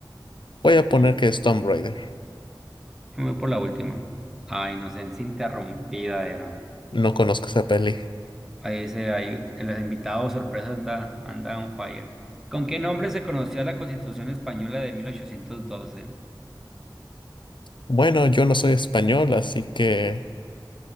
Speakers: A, on the left; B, in the centre.
A: Voy a poner
B: Yo
A: que es Tomb Raider.
B: me voy por la última. Ah, inocencia interrumpida era.
A: No conozco esa peli.
B: Ahí dice, ahí, los invitados sorpresa anda, anda on fire. ¿Con qué nombre se conoció la Constitución Española de 1812?
A: Bueno, yo no soy español, así que